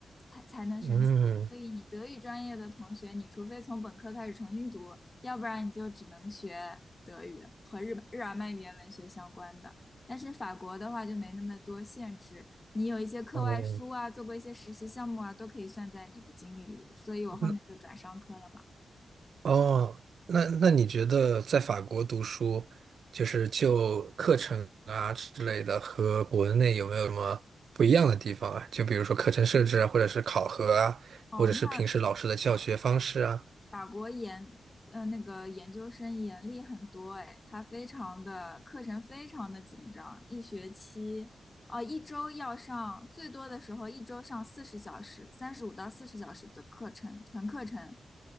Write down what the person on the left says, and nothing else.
才才能申请。
所以你德语专业的同学，你除非从本科开始重新读，要不然你就只能学德语和日本日耳曼语言文学相关的。但是法国的话就没那么多限制，你有一些课外书啊，
做过一些实习项目啊，都可以算在你的经历里。所以我后面就转商科了嘛。
哦，
那法国研呃那个研究生严厉很多，哎，他非常的课程非常的紧张，一学期哦、一周要上最多的时候一周上四十小时，三十五到四十小时的课程纯课程